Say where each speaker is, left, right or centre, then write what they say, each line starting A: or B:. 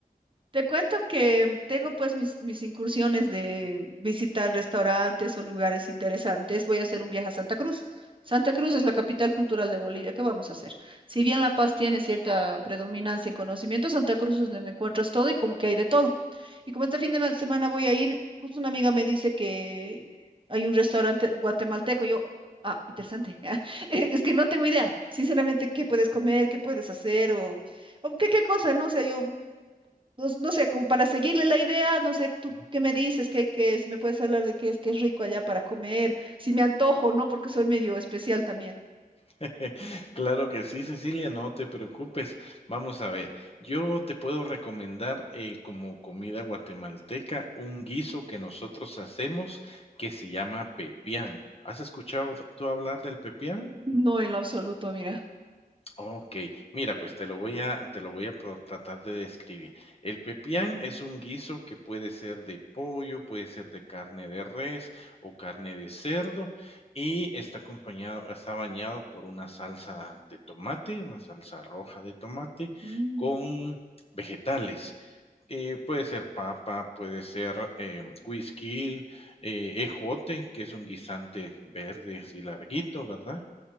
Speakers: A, on the right; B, on the left.
A: Te cuento que tengo pues mis, mis incursiones de visitar restaurantes o lugares interesantes. Voy a hacer un viaje a Santa Cruz. Santa Cruz es la capital cultural de Bolivia. ¿Qué vamos a hacer? Si bien La Paz tiene cierta predominancia en conocimiento, Santa Cruz es donde encuentras todo y como que hay de todo. Y como este fin de ma- semana voy a ir, justo una amiga me dice que hay un restaurante guatemalteco. Yo, ah, interesante. <laughs> Es que no tengo idea, sinceramente, qué puedes comer, qué puedes hacer o... ¿O ¿Qué, qué cosa? No sé, yo no, no sé, como para seguirle la idea, no sé, tú
B: Ujú.
A: qué me dices, que, que si me puedes hablar de qué es que es rico allá para comer, si me antojo, ¿no? Porque soy medio especial también.
B: <laughs> Claro que sí, Cecilia, no te preocupes. Vamos a ver, yo te puedo recomendar eh, como comida guatemalteca un guiso que nosotros hacemos que se llama pepián. ¿Has escuchado tú hablar del pepián?
A: No, en lo absoluto, mira.
B: Ok, Mira, pues te lo voy a te lo voy a pro tratar de describir. El pepián es un guiso que puede ser de pollo, puede ser de carne de res o carne de cerdo, y está acompañado está bañado por una salsa de tomate, una salsa roja de tomate
A: Mm,
B: con vegetales, eh, puede ser papa, puede ser, em, güisquil, eh, ejote, que es un guisante verde así larguito, ¿verdad?